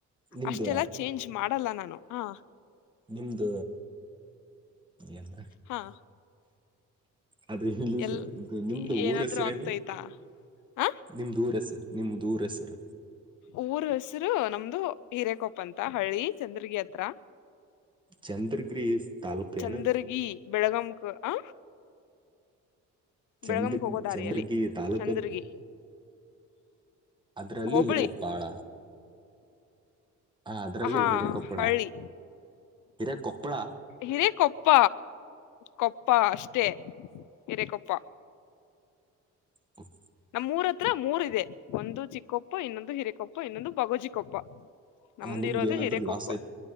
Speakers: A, on the right (about 15°); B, on the left (about 80°).
A: ನಿಮ್ದ
B: ಅಷ್ಟೆಲ್ಲ ಚೇಂಜ್ ಮಾಡಲ್ಲ ನಾನು ಹ
A: ನಿಮ್ದ ಏಲ್ಲ
B: ಹಾ
A: ಅದ್ರ ಇಲ್ಲ
B: ಎಲ್
A: ಸ ಇದು ನಿಮ್ದು
B: ಏನಾದ್ರು
A: ಊರ್ ಹೆಸರೇನು
B: ಆಗ್ತೈತಾ ಆ
A: ನಿಮ್ದು ಊರು ಹೆಸರ್ ನಿಮ್ದು ಊರು ಹೆಸರು
B: ಊರ ಹೆಸರು ನಮ್ದು ಹಿರೇಕೊಪ್ಪ ಅಂತ ಹಳ್ಳಿ ಚಂದ್ರಗಿರಿ ಹತ್ರ
A: ಚಂದ್ರಗಿರಿ ತಾಲೂಕ್
B: ಚಂದರ್ಗಿ
A: ಏನ
B: ಬೆಳಗಂಕ ಹ
A: ಚಂದ
B: ಬೆಳಗಮ ಕ ಹೋಗೋದಾರಿಯಲ್ಲಿ
A: ಚಂದ್ರಗಿ ತಾಲೂಕ
B: ಚಂದರ್ಗಿ
A: ಅದ್ರಲ್ಲಿ
B: ಹೋಬಳಿ
A: ಹಿರೇಕೊಪ್ಪಾಳ ಹ ಅದ್ರಲ್ಲಿ
B: ಹಾ
A: ಹಿರೇಕೊಪ್ಪಳ
B: ಹಳ್ಳಿ
A: ಹಿರೇಕೊಪ್ಪಳ
B: ಹಿರೇ ಕೊಪ್ಪ ಕೊಪ್ಪ ಅಷ್ಟೆ ಹೀರೆ ಕೊಪ್ಪ
A: ಹ <inaudible>
B: ನಮ್ಮ್ ಮೂರ ಹತ್ರ ಮೂರ ಇದೆ ಒಂದು ಚಿಕ್ಕೊಪ್ಪ ಇನ್ನೊಂದು ಹಿರಕೊಪ್ಪ ಇನ್ನೊಂದು ಬಗೋಜಿಕ್ಕ ಕೊಪ್ಪ ನಮ್ದಿರೋದು
A: ನಿಮ್ಗೆ ಏನಾದ್ರು
B: ಹಿರಕೊಪ್ಪ
A: ಲಾಸ್ ಆಯ್ತ